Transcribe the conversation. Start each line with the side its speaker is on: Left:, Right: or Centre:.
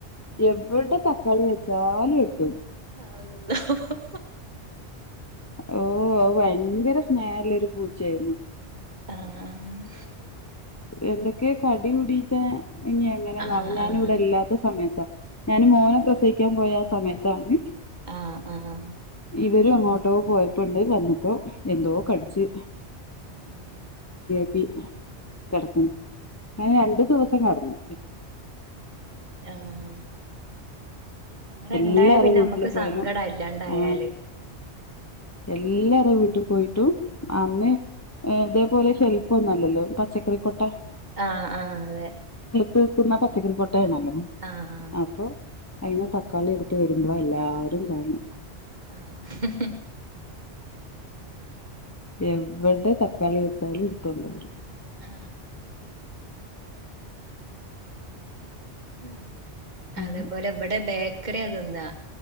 Left: എവിടെ ത <unintelligible>
Right: അള്ളോഹ്
Left: ഓ അത് ഭയങ്കര സ്നേഹല്ല ഒരു പൂച്ചാര്ന്നു
Right: ആഹ്
Left: എന്തൊക്കെ കടി കുടീട്ട് ഇനി എങ്ങനെണാവൊ
Right: ആഹ്
Left: ഞാനിവിടെ
Right: ആഹ്
Left: ഇല്ലാത്ത സമയത്താ ഞാന് മോനെ പ്രസയിക്ക്യാൻ പോയാ സമയത്താണ്
Right: ആഹ് ആഹ്
Left: ഇവരെങ്ങോട്ടോ പോയപ്പ്ണ്ട് വന്നപ്പോ എന്തോ കടിച്ച്
Right: ഉം
Left: ക്കി കെടക്ക്ണ് ഞാൻ രണ്ട് ദിവസം കെടന്നു
Right: ആഹ് അങ്ങനെ
Left: എല്ലാരെ
Right: ഇണ്ടായാ പിന്നെ
Left: വീട്ടില്
Right: നമ്മക്ക്
Left: പോയാലും
Right: സങ്കടാ ഇല്ലാണ്ടായാല്
Left: ആ എല്ലാ വീട്ടു പോയിട്ടു അന്ന്
Right: ഉം
Left: ഏത് ഇതുപോലെ ഷെൽഫ് ഒന്നുല്ലല്ലോ പച്ചക്കറിക്കൊട്ട
Right: ആ ആ അതെ
Left: തൂക്കുന്ന പച്ചക്കറി കൊ <unintelligible>
Right: ആഹ്
Left: അപ്പൊ അയ്മ ത കളി എടുത്ത് വെരുമ്പളാ എല്ലാരും കാണും
Right: ആഹ്
Left: എവിടെ തക്കാളി വെ ന്തായാലും എടുത്തോണ്ടോരും അവര്
Right: ആ ഹും അതേപോലെ
Left: അതെ
Right: ഇവിടെ ബേ ഇക്കരെ ഉള്ളന്തിനാ